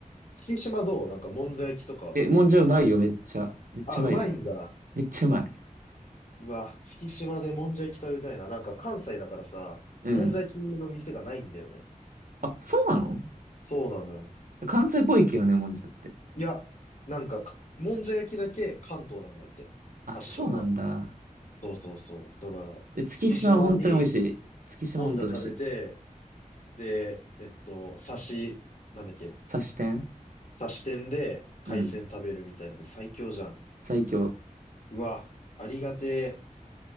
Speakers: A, on the left; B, on the right.
A: 月島どうなんか、もんじゃ焼きとか食べに行きたいんだけど。
B: え、もんじゃうまいよ、めっちゃ。めっちゃうまいよ。
A: あ、うまいんだ。
B: めっちゃうまい。
A: うわ、月島でもんじゃ焼き食べたいな。なんか関西だからさ、
B: うん。
A: もんじゃ焼きの店がないんだよね。
B: あ、そうなの
A: そうなのよ。
B: 関西っぽいけどね、もんじゃって。
A: いや、なんかか、もんじゃ焼きだけ関東なんだって。
B: あ、
A: 発祥が。
B: そうなんだ。
A: そうそうそう。だから、
B: で、月島は本当に美味しい。
A: 月島に
B: 月島本当に美味しい。
A: もんじゃ食べて、で、えっと、刺し、なんだっけ、
B: 刺し店
A: 刺し店で海鮮食べるみたいな。
B: うん。
A: 最強じゃん。
B: 最強。
A: うわ、ありがてえ。